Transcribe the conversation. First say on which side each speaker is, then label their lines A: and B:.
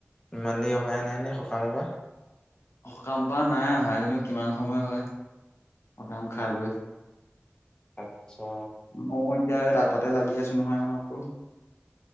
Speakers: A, on the left (about 15°); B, on the left (about 70°).
A: ইমান দেৰি অহাই নাই নে সকামৰ পৰা।
B: সকাম পা নাই অহা জনো কিমান সময় হয়। সকাম খাই বৈ
A: আচ্ছা
B: ময়ো এতিয়া তাৰতাতে লাগি আছো নহয় আও আকৌ।